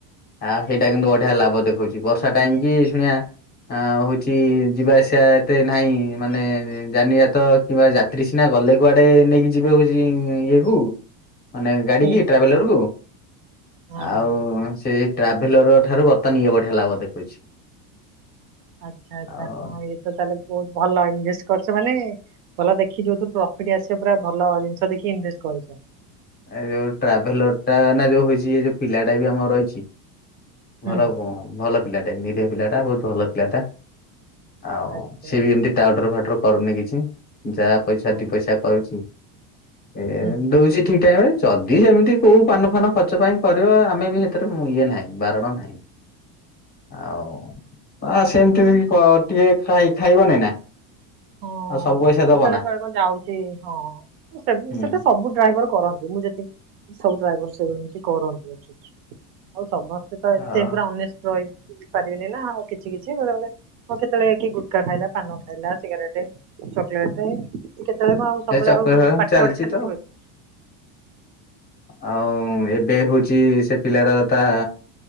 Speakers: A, on the left (about 20°); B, on the right (about 65°).
A: ଆ ହେଇଟା କିନ୍ତୁ ବଢିଆ
B: ସେ-
A: ଲାଭ ଦେଖଉଛି। ବର୍ଷ ସା ଟାଇମ କି ଶୁଣିବା ଆ ହଉଛି ଯିବା ଆସିବା ଏତେ ନାହିଁ ମାନେ ଜାନିଯାତ କିମ୍ବା ଯାତ୍ରୀ ସିନା ଗଲେ କୁଆଡେ ନେଇକି ଯିଵେ ହଉଛି ଇଏକୁ। ମାନେ ଗାଡିକି
B: ହୁଁ
A: ଟ୍ରାଭେଲରକୁ।
B: ହଁ
A: ଆଉ
B: ହଁ।
A: ସେ ଟ୍ରାଭେଲର ଠାରୁ ବର୍ତମାନ ଇଏ ବଢିଆ ଲାଭ ଦେଖଉଛି।
B: ଆଚ୍ଛା ଆଚ୍ଛା
A: ଆଉ
B: ହଁ ଇଏ ତ ତାହେଲେ ବହୁତ ଭଲ ଇନଭେଷ୍ଟ କରିଛ ମାନେ ଭଲ ଦେଖି ଯୋଉଥିରୁ ପ୍ରଫିଟ୍ ଆସିବ ପୁରା ଭଲ ଜିନିଷ ଦେଖି ଇନଭେଷ୍ଟ କରିଛ।
A: ଏ ଯୋଉ ଟ୍ରାଭେଲରଟା ନା ଯୋଉ ହଉଛି ଯୋଉ ପିଲାଟା ବି ଆମର ରହିଛି
B: ହୁଁ
A: ଭଲ ଭଲ ପିଲାଟା ନିରହ ପିଲାଟା ବହୁତ ଭଲ ପିଲାଟା। ଆଉ
B: ଆଚ୍ଛା
A: ସିଏ ବି ଏମିତି ଟାଉଟର ଫାଉଟର କରୁନି କିଛି। ଯାହା ପଇସା
B: ଆଚ୍ଛା
A: ଦି ପଇସା କରୁଛି ଏ
B: ହୁଁ।
A: ଦଉଛି। ଠିକ୍ ଟାଇମ୍ରେ ଯଦି ସେମିତି କେଉଁ ପାନ ଫାନ ଖର୍ଚ୍ଚ କଜାପାଇଁ କରିବ ଆମେ ବି ସେଥିରେ ଇଏ ନାହିଁ ବାରଣ ନାହିଁ। ଆଉ ଆ ସେମତି ଟିକେ ଖାଇ ଖାଇବନି ନା?
B: ହଁ
A: ଆଉ ସବୁ ପଇସା
B: କେତେବେଳେ
A: ଦବ ନା
B: ବଳେ କଣ ଯାଉଛି ହଁ
A: ହୁଁ।
B: ସେଟା ସବୁ ଡ୍ରାଇଭର କରନ୍ତି। ମୁଁ ଯେ ସବୁ ଡ୍ରାଇଭର ସବୁ ଏମିତି କରନ୍ତି। ଆଉ ସମସ୍ତେ ତ ଏତେ
A: ହଉ
B: ପୁରା ଅନ ରହି ପାରିବିନି ନା ଆଉ କିଛି କିଛି ବେଳେବେେଳେ ହଉ କେତେବେଳେକି ଗୁଟକା ଖାଇଲା ପାନ ଖାଇଲା ସିଗରେଟ ଚକଲେଟ କେତେବେଳେ କଣ ଆଉ ସବୁବେଳେ
A: ସେ ଚକ୍ର
B: ଆଉ ପାଟିତା
A: ଚାଲିଛି
B: ବାଟ ଖାଲି
A: ତ
B: ଥିବ କୀ?
A: ଆଉ ଏବେ ହଉଛି ସେ ପିଲାଟା ତା